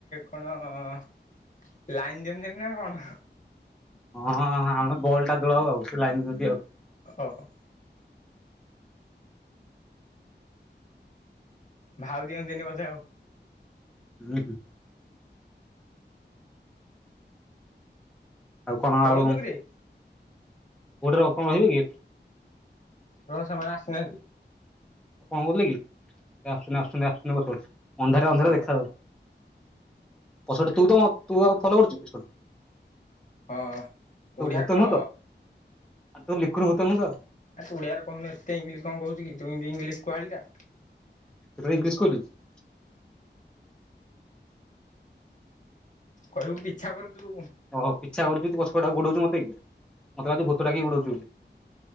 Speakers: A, on the left; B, in the centre.
A: କଣ ଲାଇନ ଦିଅନ୍ତିନି ନା କଣ।
B: ହଁଁ ଆମେ ବଲ୍ ଟା ଦୋଳାଉ ଆଉ ସେ ଲାଇନ୍ ଦତି ଆଉ।
A: ଓହୋ। ଭାଉ ଦିଅନ୍ତିନି କଥାେ ଆଉ।
B: ହୁଁ ହୁଁ। ଆଉ କଣ
A: ପଳଉଛୁ
B: ଆଉ
A: କିରେ
B: ଗୋଟେ ର କଣ ରହିବେ କି?
A: ର ସେମାନେ ଆସିନାହାନ୍ତି।
B: କଣ କରୁଥିଲ କି ଆସୁନି ଆସୁ ଆସୁନି ପ ଅନ୍ଧାର ଅନ୍ଧାରେ
A: ହଉ
B: ଦେଖା ଯାଉନି। ପଷ ତୁ ତ ତୁ ଆଉ ଭଲ କରୁଛୁ ପଛ।
A: ହଁ। ଓଡ଼ିଆରେ
B: ତୁ ଭୂତ
A: କହ
B: ନୁହଁ ତ ଆ ତୁ <unintelligible> ଭୂତ ନୁହଁ ତ।
A: ଆ ତୁ ଓଡିଆରେ କହୁନୁ ଏତେ ଇଂଲିଶ କଣ କହୁଛୁ କି ତୁ ଇନ୍ଦି ଇଂଲିଶ କୁହାଳି ଟା।
B: <inaudible>
A: କହିବୁ ପିଛା କରୁଚୁ।
B: ଓଁ ପିଛା କରୁଛୁ ତୁ ପଛ ପଟେ ଆଉ ଗୁଡଉଚୁ ମତେ କି ମତେ ଲାଗୁଛି ଭୂତଟା କିଏ ଗୁଡଉଚି ବୁଲି।